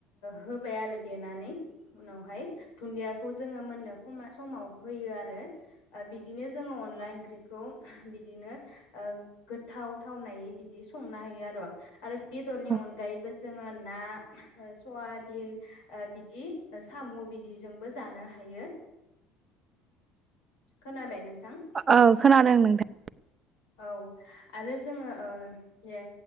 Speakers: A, on the left; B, on the right.
A: होबाय आरो देनानै उनावहाय थुन्दियाखौ जोङो मोननो खमा समाव होयो आरो बिदिनो जोङो अनला ओंख्रिखौ बिदिनो ओ गोथाव थावनायै बिदि संनो हायो आरो आर' बेदरनि
B: औ
A: अनगायैबो जोङो ना सवाबिन ओ बिदि साम' बिदिजोंबो जानो हायो <inaudible> खोनाबाय नों
B: औ खोनादों नोंथां
A: औ आरो जोङो ओ दे